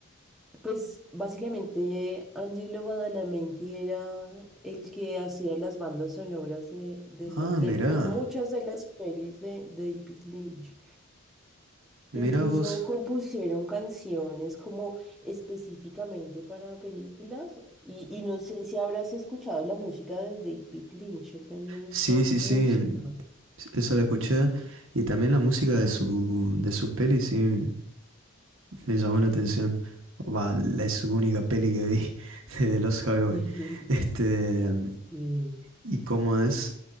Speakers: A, in the centre; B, on the right (about 65°).
A: Pues básicamente Angelo Badalamenti era el que hacía las bandas sonoras de, de, la-
B: Ah,
A: de,
B: mirá,
A: pues muchas de las pelis de, de David Lynch.
B: mirá
A: Incluso
B: vos.
A: compusieron canciones como específicamente para películas y, y no sé si habrás escuchado la música de David Lynch, él también hizo
B: Sí, sí, sí.
A: música.
B: Eso la escuché. Y también la música de su, de sus pelis, sí. Me llamó la atención. Va, la- es su única peli que vi <laughs> de los Highway.
A: <laughs>
B: Este,
A: Sí.
B: y como es,